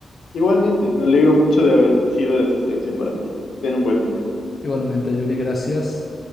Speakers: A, on the left; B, on the left.
A: Igualmente, me alegro mucho de haber sido de asistencia para ti. Ten un buen día.
B: Igualmente, Yuri, gracias.